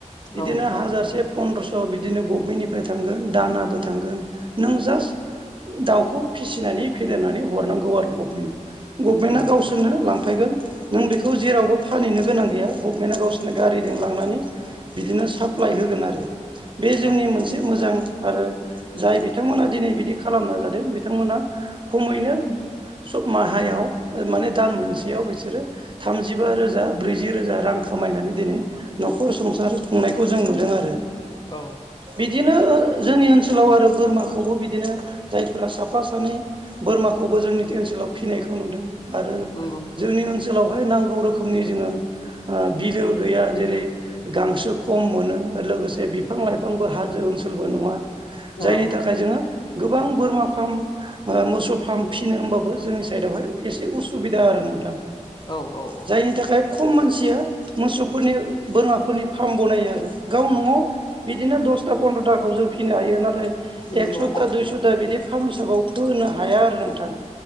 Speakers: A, on the right; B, on the left.
A: बिदिनो
B: औ
A: हाजारसे पन्द्रस' बिदिनो गभमेन्टनिफ्राय थांगोन दानाबो थांगोन नों जास्ट दाउखौ फिसिनानै फेदेरनानै हरनांगौ आरो गभमेन्टआ गभमेन्टआ
B: औ
A: गावसोरनो लांफैगोन। नों बेखौ जेरावबो फानहैनो गोनां गैया गभमेन्टआ गावसोरनो गारिजों लांनानै बिदिनो साप्लाइ होगोन आरो बे जोंनि
B: औ
A: मोनसे एसे मोजां आरो जाय बिथांमोना दिनै बिदि खालामना जादों बिथांमोना खमैनो सब माहायाव माने दान मोनसेयाव बि सोरो थामजिबा रोजा ब्रैजि रोजा रां खामायनानै दिनै न'खर संसार खुंनायखौ जों नुदों आरो।
B: औ।
A: बिदिनो ओ जोंनि ओनसोलाव आरो बोरमाखौबो बिदिनो जायफ्रा साफा सानै बोरमाखौबो जोंनि ओनसोलाव फिनायखौ नुदों आरो
B: नंगौ
A: जोंनि ओन सोलावहाय नांगौ रोखोमनि जोङो ओ बिलो गैया जेरै गांसो खम मोनो लोगोसे बिफां लाइफांबो हाजो ओनसोलबो नङा। जायनि
B: औ
A: थाखाय जोङो गोबां बोरमा फार्म ओ मोसौ फार्म फिनो होनबाबो जोंनि साइदआवहाय एसे उसुबिदा आरो नोंथां।
B: औ औ
A: जायनि थाखाय खम मानसिया मोसौफोरनि बोरमाफोरनि फार्म बनायो आरो गाव न'आव बिदिनो दसथा पन्द्र'थाखौ जों फिनो हायो नाथाय
B: नंगौ
A: एकस'था दुइस'था बिदि फार्म हिसाबाव फोनो हाया आरो नोंथां।